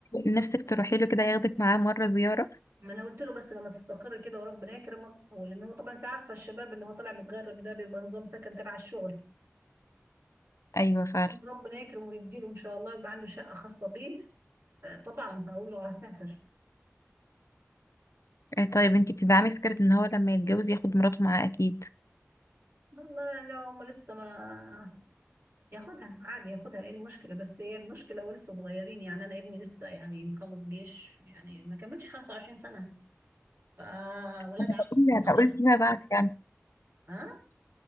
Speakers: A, on the left; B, on the right.
A: نفسك تروحي له كده ياخدك معاه مرة زيارة
B: ما أنا قلت له بس لما تستقر كده وربنا يكرمك ولأن هو طبعا أنت عارفة الشباب اللي هو طالع متغرب ده بيبقى نظام سكن تبع الشغل
A: ايوه فعلا
B: ربنا يكرمه ويديله إن شاء الله يبقى عنده شقة خاصة بيه آه، طبعا هقول له هسافر
A: آه، طيب انتي بتدعمي فكرة ان هو لما يتجوز ياخد مراته معاه اكيد
B: والله لا هم لسه ما ياخدها عادي ياخدها ايه المشكلة بس هي المشكلة ولسه صغيرين يعني انا ابني لسه يعني مخلص جيش يعني ما كملش 25 سنة فولاد
A: انا
B: عم
A: بقول يعني،
B: طبعا
A: بقول فيما بعد يعني
B: ها